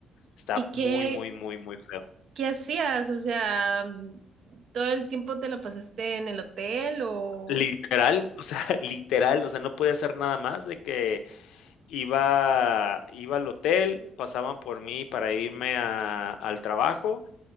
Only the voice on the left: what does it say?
está
muy, muy, muy, muy feo.
S-
Literal, o sea, <laughs> literal, o sea, no podía hacer nada más de que iba, iba al hotel, pasaban por mí para irme a- al trabajo